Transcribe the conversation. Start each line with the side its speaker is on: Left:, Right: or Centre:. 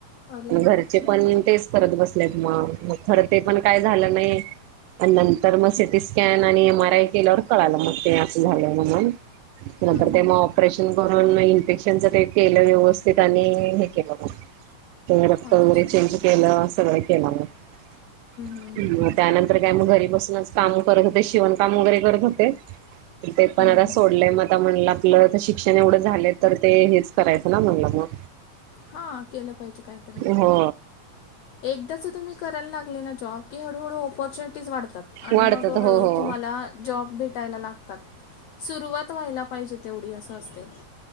Left: अरे
Right: आणि घरचे
Left: बापरे
Right: पण -- तेच करत बसलेत मग म खरं ते पण काय झालं नाही. आणि नंतर मग सिटी स्कॅन आणि एम आर आय केल्यावर कळालं मग ते असं झालंय म्हणून नंतर
Left: हम्म,
Right: तेव्हा ऑपरेशन <unintelligible> पेशंटचं काहि केलं व्यवस्थित आणि हे केलं मग ते रक्त
Left: अच्छा
Right: वगैरे
Left: हम्म,
Right: चेंज केलं सगळं केलं मग
Left: हम्म, हम्म, हम्म.
Right: ह त्यानंतर काय मग घरी बसूनच काम करत होते शिवणकाम वगैरे करत होते. ते पण
Left: हम्म,
Right: आता
Left: हम्म.
Right: सोडलंय म आता म्हणलं आपलं तर शिक्षण एवढं झालंय तर ते हेच करायचं ना म्हणलं मग.
Left: हां केलं पाहिजे काहीतरी.
Right: हो
Left: एकदाचं तुम्ही करायला लागले ना जॉब की हळूहळू ऑपॉर्च्युनिटीज वाढतात आणि
Right: वाढतात
Left: मग हळूहळू
Right: हो हो
Left: तुम्हाला जॉब भेटायला लागतात. सुरुवात व्हायला पाहिजे तेवढी अस असतय.